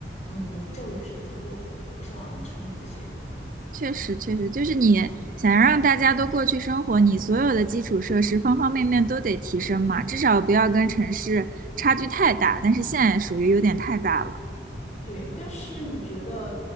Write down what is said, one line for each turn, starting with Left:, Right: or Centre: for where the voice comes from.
Left: 嗯，教育是非常落后的，不像城里这些。
Right: 确实确实，就是你想让大家都过去生活，你所有的基础设施方方面面都得提升嘛，至少不要跟城市差距太大，但是现在属于有点太大了，
Left: 对，但是你觉得，